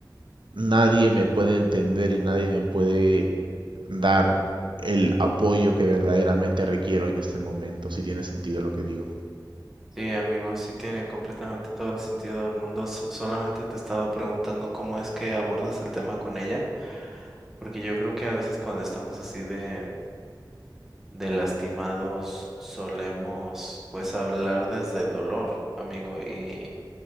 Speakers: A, on the right; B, in the centre.
A: nadie me puede entender y nadie me puede dar el apoyo que verdaderamente requiero en este momento, si tiene sentido lo que digo.
B: Sí, amigo, sí tiene completamente todo el sentido del mundo. So- solamente te estaba preguntando cómo es que abordas el tema con ella, porque yo creo que a veces cuando estamos así de, de lastimados solemos pues hablar desde el dolor, amigo, y,